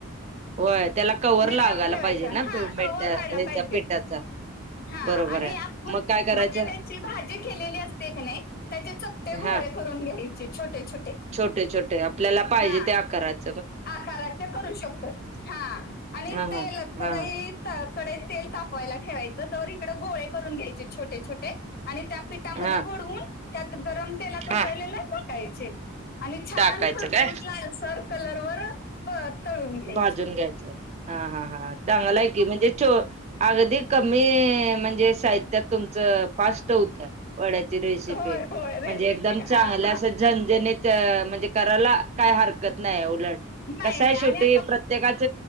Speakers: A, on the right; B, on the left.
A: होय त्याला कवर
B: मडयम
A: लागायला
B: ठेवायचा
A: पाहिजे ना
B: हा
A: पे- मेट
B: कवर
A: ह्याचा
B: व्हायला पाहिजे
A: पिठाचा
B: हा
A: बरोबर
B: आणि
A: आहे
B: आपण
A: मग काय
B: बटाट्याची
A: करायचं
B: भाजी केलेली असते एक नाही त्याचे चपते गोळे
A: हा
B: करून घ्यायचे छोटे छोटे
A: छोटे छोटे आपल्याला पाहिजे
B: हा
A: ते आकारात
B: आकाराचे करू शकतो हा आणि
A: हा
B: तेल
A: हा
B: कढईत
A: हा
B: कडे तेल तापवायला ठेवायचं तर इकड गोळे करून घ्यायचे छोटे छोटे आणि त्या पिठामध्ये
A: हा
B: बुडवून त्यात गरम तेलात
A: हा
B: उकळलेले टाकायचे आणि छान
A: टाकायचं
B: खरपूर
A: काय
B: लालसर कलर वर तळून घ्यायचे
A: भाजून घ्यायचंय हा हा हां चांग आहे कि म्हणजे चो अगदी कमी म्हणजे साहित्यात तुमचं फास्ट होत वड्याची रेसिपी
B: होय होय रेसिपी
A: म्हणजे एकदम
B: हा
A: चांग
B: हा
A: झनझनेच म्हणजे करायला काय हरकत नाही उलट
B: नाही
A: कसं
B: नाही
A: आहे
B: आणि
A: शेवटी
B: आ
A: प्रत्येकाच